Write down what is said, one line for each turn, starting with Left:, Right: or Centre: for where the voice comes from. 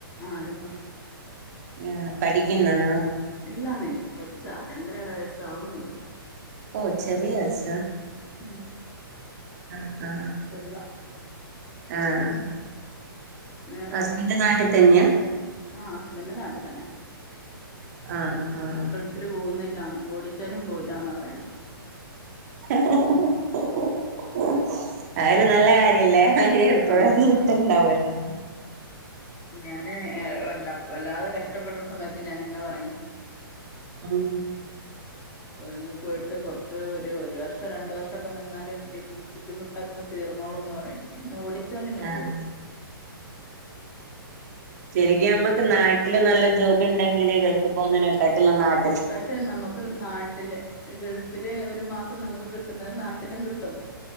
Left: ആഹ് ഒരു മോ.
Right: ഏഹ് പഠിക്കുന്നാണോ?
Left: ഇല്ലാന്നെ കൊച്ചാ രണ്ടര വയസ്സാവുന്നേ ഉള്ളു.
Right: ഓ ചെറിയൊച്ച
Left: ഉം,
Right: ആഹ് ആഹ്
Left: ചെറുതാ.
Right: ആഹ്.
Left: വേറെ
Right: ഹസ്ബൻഡ് നാട്ടിൽ തന്നെയാ?
Left: ആ ഹസ്ബൻഡ് നാട്ടിൽ തന്നെ
Right: ആഹ് ആഹ്.
Left: ഗൾഫിൽ പോകുന്നില്ലന്ന് ഓടിച്ചാലും പോവില്ലന്ന പറയ്ണ്.
Right: <unintelligible> അതരു ഒരു നല്ല കാര്യല്ലേ. ആഹ് എപ്പഴാ
Left: ആ
Right: ഞ്ഞി എട്ത്ത്ണ്ടാവല്ലാ.
Left: ഞാന് ഏഹ് വല്ല വല്ലാതെ കഷ്ടപ്പെട്ട സമയത്ത് ഞാനിങ്ങനെ പറയെ.
Right: ഉംഹ്.
Left: ഒന്ന് പോയിട്ട് കൊർച്ച് ഒരു ഒരു വർഷം രണ്ട് വർഷൊക്കെ നിന്നാലും ച്ചിരി ബുദ്ധിമുട്ടൊന്ന്. തീർന്നോളുംന്ന് പറയാ എന്നെ ഓടിച്ചാലും ഞാൻ
Right: ആഹ്
Left: പോവില്ല.
Right: ശരിക്കും നമ്മക്ക് നാട്ടില് നല്ല ജോബ് ഉണ്ടെങ്കില് ഗൾഫ് പോകുന്നതിനെക്കാട്ടു നാട്ട.
Left: പക്ഷെ നമുക്ക് നാട്ടില് ഗൾഫില് ഒരു മാസം നമുക്ക് കിട്ടുന്നത് നാട്ടിലും കിട്ടും.